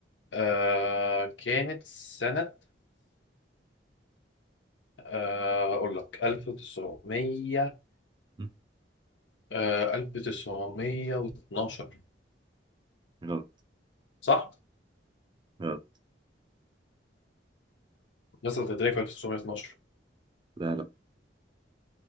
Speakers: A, on the left; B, on the right.
A: آه كانت سنة آه أقول لك 1900
B: مم.
A: آه 1912
B: غلط
A: صح؟
B: غلط
A: مصر كانت في 1912
B: لا لا